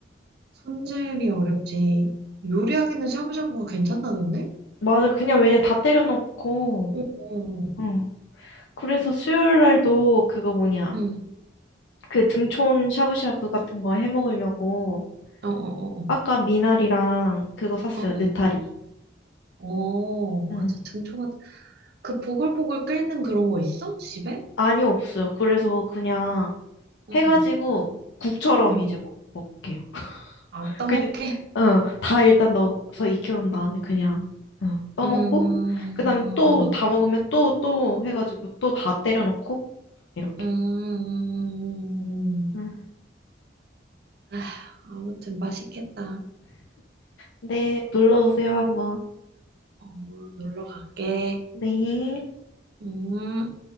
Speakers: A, on the right (about 60°); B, on the left (about 75°).
A: 손질이 어렵지. 요리하기는 샤브샤브가 괜찮다던데?
B: 맞아, 그냥 왜냐, 다 때려 넣고,
A: 어, 어, 어.
B: 어 그래서 수요일 날도 그거 뭐냐,
A: 응.
B: 그 등촌 샤브샤브 같은 거 해 먹으려고,
A: 어, 어, 어,
B: 아까 미나리랑 그거 샀어요,
A: 어, 어,
B: 느타리.
A: 어. 어,
B: 응.
A: 맞아. 등초가. 그 보글보글 끓는 그런 거 있어? 집에?
B: 아니, 없어요. 그래서 그냥
A: 응,
B: 해가지고
A: 응,
B: 국처럼
A: 응.
B: 이제 먹, 먹게요.
A: 안 떠먹게?
B: 그냥, 어, 다 일단 넣어서 익혀놓은 다음에 그냥, 어, 떠먹고,
A: 음,
B: 그 다음에 또 다 먹으면 또, 또 해가지고 또 다 때려넣고, 이렇게.
A: 음.
B: 응.
A: 아, 아무튼 맛있겠다.
B: 네, 놀러 오세요, 한번.
A: 어, 놀러 갈게.
B: 네.
A: 음.